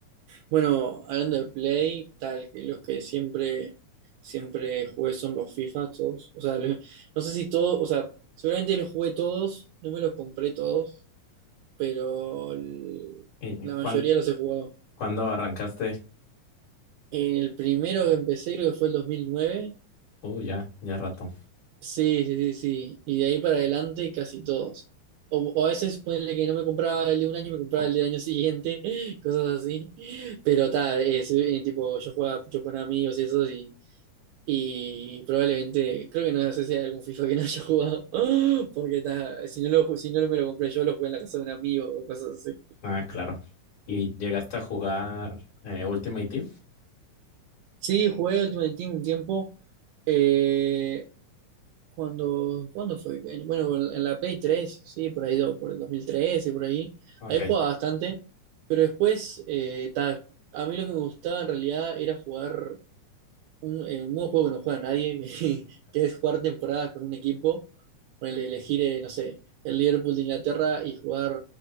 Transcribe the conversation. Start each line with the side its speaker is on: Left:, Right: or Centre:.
Right: Bueno, hablando de Play, tal, que los que siempre, siempre jugué son los FIFA, todos. O sea, lo- no sé si todos, o sea, seguramente los jugué todos, no me los compré todos, pero el-
Left: ¿Y
Right: la
Left: cuán-
Right: mayoría los he jugado.
Left: cuándo arrancaste?
Right: En el primero que empecé creo que fue el dos mil nueve
Left: Uh, ya, ya rato.
Right: Sí, sí, sí, sí. Y de ahí para adelante casi todos. O, o a veces ponele que no me compraba el de un año, me compraba el del año siguiente, <laughs> cosas así. Pero tal, es eh, tipo, yo jugaba mucho con amigos y eso, y, y probablemente, creo que no sé si hay algún FIFA que no haya jugado, <laughs> porque ta, si no lo, ju- si no me lo compré yo, lo jugué en la casa de un amigo o cosas así.
Left: Ah, claro. ¿Y llegaste a jugar eh, Ultimate Team?
Right: Sí, jugué Ultimate Team un tiempo. eh, Cuando, ¿cuándo fue? En- Bueno, en en la Play 3 sí, por ahí, do- por el 2013, por ahí.
Left: Ok.
Right: Ahí jugaba bastante, pero después, eh, ta, a mí lo que me gustaba en realidad era jugar un, eh, un nuevo juego que no juega nadie, <laughs> que, que es jugar temporadas con un equipo. Ponele, elegir, eh, no sé, el Liverpool de Inglaterra y jugar,